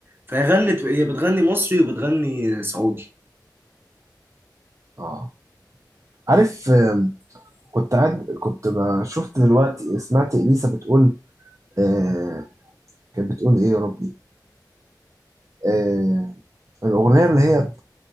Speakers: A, on the right (about 30°); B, on the right (about 45°).
A: فهي غنت هي بتغني مصري وبتغني سعودي
B: اه عارف آه، كنت قاعد كنت ب- شفت دلوقتي سمعت إليسا بتقول آه كانت بتقول إيه يا ربي آه الأغنية اللي هي